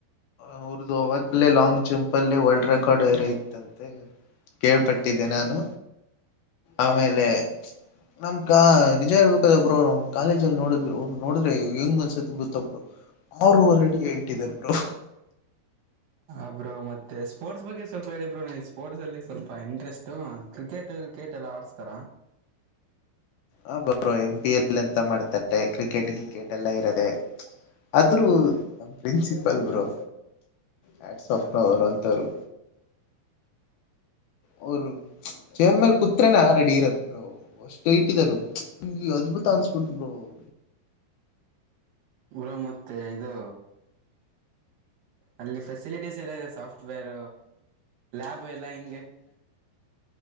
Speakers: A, on the left; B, on the right.
A: ಅವ್ರದ್ದು ಅವಾಗಲೇ ಲಾಂಗ್ ಜಂಪ್ ಅಲ್ಲಿ ವರ್ಡ್ ರೆಕಾರ್ಡ್ ಏರೈತಿ. ಅಂತೆ ಕೇಳ್ಪಟ್ಟಿದ್ದೆ ನಾನು ಆಮೇಲೆ. ನಮ್ ನಿಜ ಹೇಳ್ಬೇಕದ ಬ್ರೋ ನಮ್ ಕಾಲೇಜಲ್ಲಿ ನೋಡಿದ್ ಅವ್ರು ನೋಡ್ರೆ ಹೆಂಗ್ ಅನ್ನಿಸುತ್ತೆ ಗೊತ್ತ ಬ್ರೋ ಆರುವರೆ ಹೇಟ್ ಇಟ್ಟಿದಾರೇ ಬ್ರೋ.
B: ಹಾ ಬ್ರೋ ಮತ್ತೆ ಸ್ಪೋರ್ಟ್ಸ್ ಬಗ್ಗೆ ಸ್ವಲ್ಪ ಹೇಳಿ ಬ್ರೋ ಸ್ಪೋರ್ಟ್ಸಲ್ಲಿ ಸ್ವಲ್ಪ ಇಂಟ್ರೆಸ್ಟು ಕ್ರಿಕೆಟ್ ಕ್ರಿಕೆಟ್ ಎಲ್ಲಾ ಆಡಿಸ್ತಾರ
A: ಹ ಬರೋ ಎಂ ಪಿ ಎಲ್ ಅಂತ ಮಾಡ್ತಾರೆ ಕ್ರಿಕೆಟ್ ಕ್ರಿಕೆಟ್ ಎಲ್ಲಾ ಇರದೆ ಆದ್ರೂ ನ ಪ್ರಿನ್ಸಿ ಬ್ರೋ ಹಾಟ್ಸ್ ಆಫ್ ಅವರು ಅಂತವರು ಅವರು ಚೇರ್ ಮೇಲ್ ಕುತ್ರೆೇನೆ ಆ ರಡಿ ಇರತ್ ಬ್ರೊ ಅಷ್ಟ್ ಅವ್ರು ಅದ್ಭುತ ಅನ್ನಿಸಿಬಿಟ್ಟಿತು ಬ್ರೋ <inaudible>
B: ಇರ ಮತ್ತೆ ಇದು ಅಲ್ಲಿ ಫೇಸ್ ಲಿಟ ಎಲ್ಲ ಇದೆ ಸಾಫ್ಟ್ ವೇರ್ ಲ್ಯಾಬ್ ಎಲ್ಲ ಹೆಂಗೆ